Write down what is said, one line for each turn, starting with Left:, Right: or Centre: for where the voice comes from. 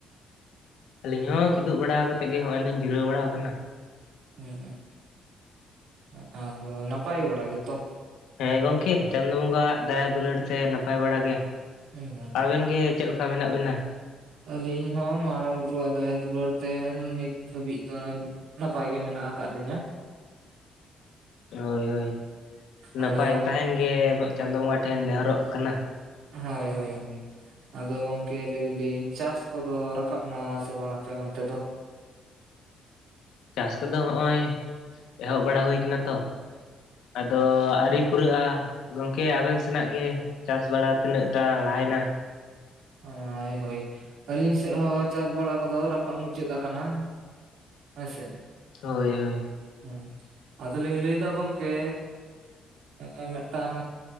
Left: ᱟᱹᱞᱤᱧ ᱦᱚᱸ ᱠᱤᱫᱩᱵ ᱵᱟᱲᱟ ᱠᱟᱛᱮᱜ ᱜᱮ ᱱᱚᱜᱼᱚᱭ ᱞᱤᱧ ᱡᱤᱨᱟᱹᱣ ᱵᱟᱲᱟ ᱟᱠᱟᱱᱟ
Right: ᱦᱩᱸ ᱦᱩᱸ ᱟᱫᱚ ᱱᱟᱯᱟᱭ ᱵᱟᱲᱟ ᱜᱮᱛᱚ
Left: ᱦᱮᱸ ᱜᱚᱝᱠᱮ ᱪᱟᱸᱫᱚ ᱵᱚᱸᱜᱟ ᱟᱜ ᱫᱟᱭᱟ-ᱫᱩᱞᱟᱹᱲ ᱛᱮ ᱱᱟᱯᱟᱭ ᱵᱟᱲᱟ ᱜᱮ
Right: ᱦᱩᱸ ᱦᱩᱸ
Left: ᱟᱵᱤᱱ
Right: ᱦᱩᱸ
Left: ᱜᱮ ᱪᱮᱫ ᱞᱮᱠᱟ ᱢᱮᱱᱟᱜ ᱵᱤᱱᱟ
Right: ᱟᱹᱞᱤᱧ ᱦᱚᱸ ᱢᱟᱨᱟᱝ ᱵᱩᱨᱩᱣᱟᱜ ᱫᱟᱭᱟ-ᱫᱩᱞᱟᱹᱲ ᱛᱮ ᱱᱤᱛ ᱫᱷᱟᱹᱵᱤᱡ ᱫᱚ ᱱᱟᱯᱟᱭ ᱜᱮ ᱢᱮᱱᱟᱜ ᱟᱠᱟᱫ ᱞᱤᱧᱟᱹ
Left: ᱦᱚᱭ ᱦᱚᱭ ᱱᱟᱯᱟᱭ
Right: ᱟᱫᱚ ᱜᱚᱝᱠᱮ
Left: ᱜᱮ ᱛᱟᱦᱮᱱ ᱜᱮ ᱪᱟᱸᱫᱚ ᱵᱚᱸᱜᱟ ᱴᱷᱮᱱ ᱱᱮᱦᱚᱨᱚᱜ ᱠᱟᱱᱟ
Right: ᱦᱚᱭ ᱦᱚᱭ ᱦᱚᱭ ᱟᱫᱚ ᱜᱚᱝᱠᱮ ᱞᱟᱹᱭ ᱮᱫᱟᱞᱤᱧ ᱪᱟᱥ ᱠᱚᱫᱚ ᱨᱟᱠᱟᱵ ᱮᱱᱟ ᱥᱮ ᱵᱟᱝᱟ ᱟᱯᱮ ᱚᱱᱛᱮ ᱫᱚ
Left: ᱪᱟᱥ ᱠᱚᱫᱚ ᱱᱚᱸᱜᱼᱚᱭ ᱮᱦᱚᱵ ᱵᱟᱲᱟ ᱦᱩᱭ ᱟᱠᱟᱱᱟ ᱛᱚ ᱟᱫᱚ ᱟᱹᱣᱨᱤ ᱯᱩᱨᱟᱹᱜᱼᱟ ᱜᱚᱝᱠᱮ ᱟᱵᱤᱱ ᱥᱮᱱᱟᱜ ᱜᱮ ᱪᱟᱥ ᱵᱟᱲᱟ ᱛᱤᱱᱟᱹᱜ ᱴᱟᱜ ᱞᱟᱦᱟᱭᱮᱱᱟ
Right: ᱦᱚᱭ ᱦᱚᱭ ᱦᱚᱭ ᱟᱹᱞᱤᱧ ᱥᱮᱫ ᱦᱚᱸ ᱪᱟᱥ ᱵᱟᱲᱟ ᱠᱚᱫᱚ ᱨᱟᱠᱟᱵ ᱢᱩᱪᱟᱹᱫ ᱟᱠᱟᱱᱟ ᱦᱳᱭ ᱥᱮ
Left: ᱦᱚᱭ ᱦᱚᱭ
Right: ᱦᱮᱸ ᱟᱫᱚᱞᱤᱧ ᱞᱟᱹᱭᱮᱫᱟ ᱜᱚᱫᱠᱮ ᱮᱸᱻ ᱢᱤᱫᱴᱟᱝ